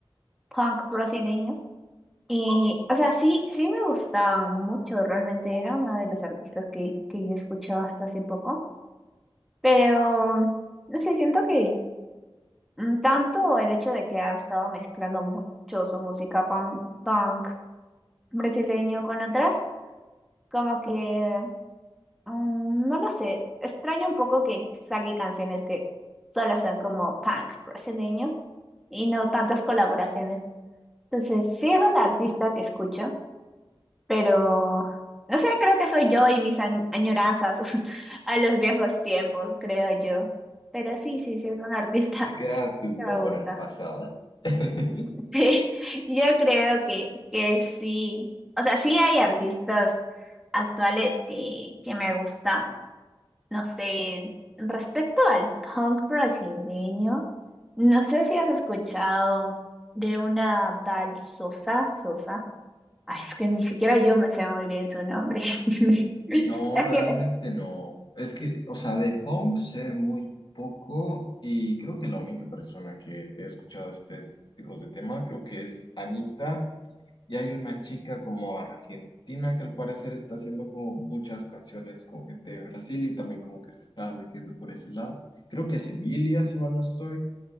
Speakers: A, in the centre; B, on the left.
A: punk brasileño. Y, o sea, sí, sí me gustaban mucho, realmente era una de las artistas que, que yo escuchaba hasta hace poco, pero no sé, siento que Mm, Tanto el hecho de que ha estado mezclando mucho su música punk, punk brasileño con otras, como que, mm, no lo sé, extraño un poco que saque canciones que solo son como punk brasileño y no tantas colaboraciones. Entonces, sí es un artista que escucho, pero no sé, creo que soy yo y mis añ- añoranzas <laughs> a los viejos tiempos, creo yo. Pero sí, sí, sí es un artista
B: Me quedaste
A: <laughs>
B: un
A: que
B: poco
A: me gusta.
B: en el pasado. <laughs>
A: <laughs> Sí, yo creo que, que sí. O sea, sí hay artistas actuales que, que me gustan. No sé, respecto al punk brasileño, no sé si has escuchado de una tal Sosa Sosa. Ay, es que ni siquiera yo me sé muy bien su nombre. <laughs>
B: No,
A: Es
B: realmente
A: que...
B: no. Es que, o sea, de punk sé muy poco y creo que la única persona que te he escuchado estos tipos de tema creo que es Anita Y hay una chica como argentina que al parecer está haciendo como muchas canciones como que de Brasil y también como que se está metiendo por ese lado. Creo que es Emilia, si mal no estoy,